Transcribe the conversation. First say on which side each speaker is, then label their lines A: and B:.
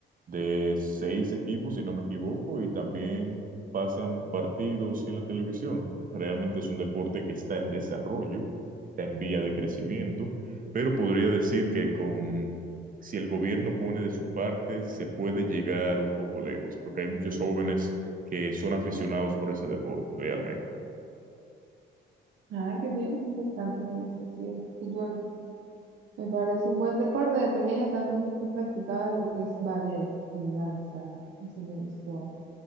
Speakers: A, on the right (about 45°); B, on the right (about 65°).
A: de seis equipos, si no me equivoco, y también pasan partidos en la televisión. Realmente es un deporte que está en desarrollo, está en vía de crecimiento, pero podría decir que con, si el gobierno pone de su parte, se puede llegar un poco lejos, porque hay muchos jóvenes que son aficionados por ese deporte, realmente.
B: Ah, qué bien, qué interesante, me gusta, sí, el fútbol me parece un buen deporte. De pequeña también yo practicaba lo que es ballet y danza. Eso me gustó,